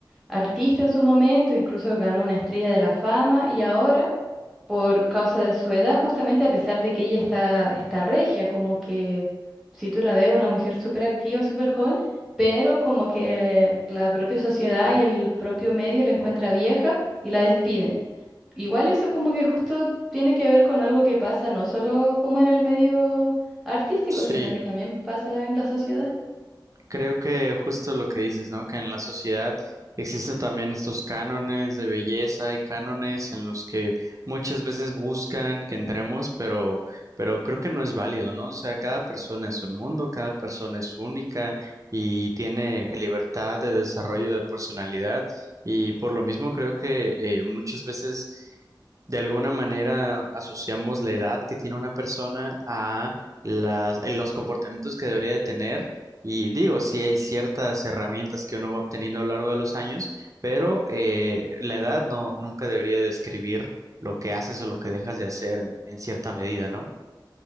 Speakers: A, in the centre; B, on the right.
A: artista en su momento, incluso ganó una estrella de la fama y ahora, por causa de su edad, justamente a pesar de que ella está, está regia, como que si tú la ves, una mujer súper activa, súper joven, pero como que la propia sociedad y el propio medio la encuentra vieja y la despiden igual eso como que justo tiene que ver con algo que pasa no solo como en el medio artístico,
B: sí.
A: sino que también pasa en la sociedad.
B: Creo que justo lo que dices, ¿no? Que en la sociedad existen también estos cánones de belleza y cánones en los que muchas veces buscan que entremos, pero, pero creo que no es válido, ¿no? O sea, cada persona es un mundo, cada persona es única y tiene libertad de desarrollo de personalidad y por lo mismo creo que eh, muchas veces de alguna manera asociamos la edad que tiene una persona a las, eh, los comportamientos que debería de tener y digo, sí hay ciertas herramientas que uno va obteniendo a lo largo de los años, pero eh, la edad no, nunca debería describir lo que haces o lo que dejas de hacer en, en cierta medida, ¿no?